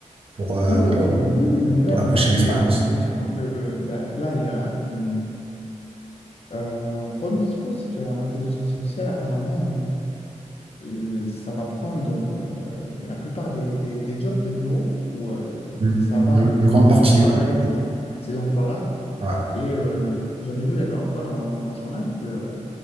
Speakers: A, on the right; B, on the left.
A: pour, euh,
B: Oui, non,
A: pour,
B: puis- oui, oui, non, mais même,
A: pour la prochaine
B: mais après,
A: expérience.
B: mais surtout que bah, là, il y a une- euh, un problème qui se pose, c'est que l'intelligence artificielle, apparemment, euh, euh, ça va prendre euh, mais la plupart des, des, des jobs de bureau où euh,
A: Mm.
B: ça va
A: Une, une grande partie, ouais.
B: avaler ces, ces emplois-là.
A: Ouais,
B: Et euh, j'avais lu la dernière fois dans, dans le journal que